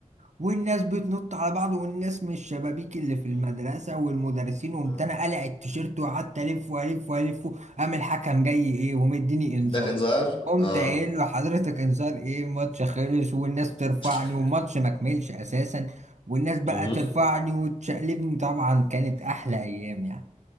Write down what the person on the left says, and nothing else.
مم.
آه.
الدخن ظهر
اه
<laughs>
مم.